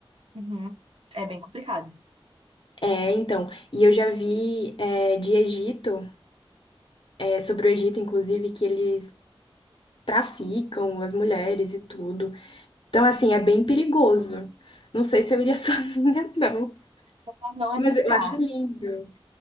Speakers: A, on the right (about 80°); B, on the left (about 60°).
A: Uhum. É bem complicado.
B: É, então, e eu já vi é, de Egito, é, sobre o Egito, inclusive, que eles traficam as mulheres e tudo. Então, assim, é bem perigoso. Não sei se eu iria <laughs> sozinha, não.
A: Pra Não arriscar.
B: Mas eu acho lindo.